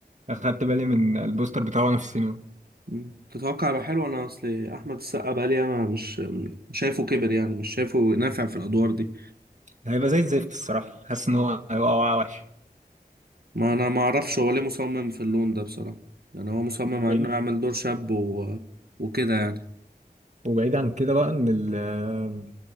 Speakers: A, on the right; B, on the right.
A: خدت بالي من البوستر بتاعه وانا في السينما
B: مم. تتوقع يبقى حلو انا اصل احمد السقا بقى لي انا مش مش شايفه كبر يعني مش شايفه نافع في الادوار دي
A: هيبقى زي الزفت الصراحه حاسس ان هو هيبقى وقع وحش
B: ما انا ما اعرفش هو ليه مصمم في اللون ده بصراحه يعني هو مصمم
A: وبعيد
B: على انه يعمل دور شاب و... وكده يعني
A: وبعيد عن كده بقى ان ال